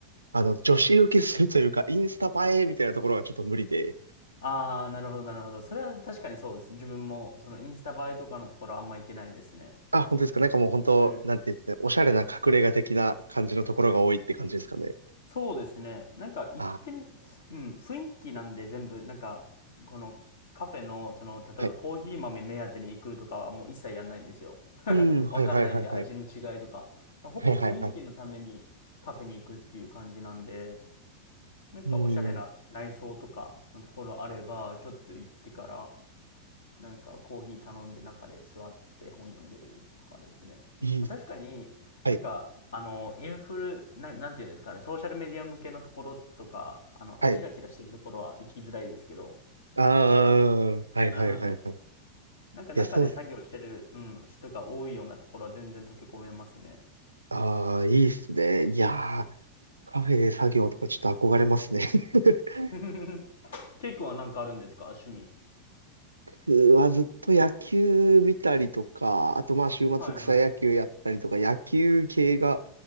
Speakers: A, on the right (about 80°); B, on the left (about 65°).
A: あの、女子受けするというか、インスタ映えみたいなところがちょっと無理で、
B: ああ、なるほどなるほど。それは確かにそうです。自分も、そのインスタ映えとかのところあんま行けないですね。
A: あ、本当ですか。なんかもう本当、
B: うん
A: なんていうんですかね、おしゃれな隠れ家的な感じのところが多いって感じですかね。
B: そうですね。なんか行ってみ、
A: あ
B: うん、雰囲気なんで全部、なんか、このカフェの、その、例えばコーヒー豆目当てに行くとかはもう一切やんないんですよ。
A: ー、はい。うん、はいはいはいはい。
B: わかんないんで味の違いとか。ほぼ雰囲気のためにカフェに行くっていう感じなんで、
A: はいはいはい。
B: なんかおしゃれな内装とかのところあれば、
A: うん、
B: ちょっと行ってからなんかコーヒー頼んで中で座って本読んでるとかですね。
A: いいっす。
B: まあ、確かになんかあのインフルな、
A: はい、
B: なんていうんですかね、ソーシャルメディア向けのところとか、あのキラキラしてるところは行きづらいですけど、
A: はい。ああ、はいはいはいはい。
B: うん
A: い
B: なんか中で作業してる、
A: や、そうです。
B: うん、人が多いようなところは全然溶け込めますね。
A: ああ、いいっすね。いやー、カフェで作業とかちょっと憧れますね。<laughs>
B: <laughs> ケイ君はなんかあるんですか趣味。
A: うわ、ずっと野球見たりとか、あとまあ週末草野球やったりとか、
B: はいはい。
A: 野球系が